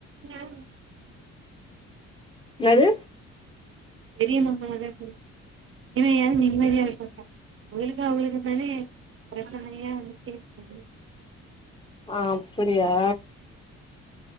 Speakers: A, on the right; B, on the left.
A: ஏன் வேணும்
B: நேது
A: பெரிய மாமாவ தா சொல்ற இனிம யாவது நிம்மதியா இருக்கக்கா இவளுக்கு அவளுக்கு தானே பிரச்சனையா வந்துட்டே இருந்தது
B: ஆ அம்சுர்வ்யா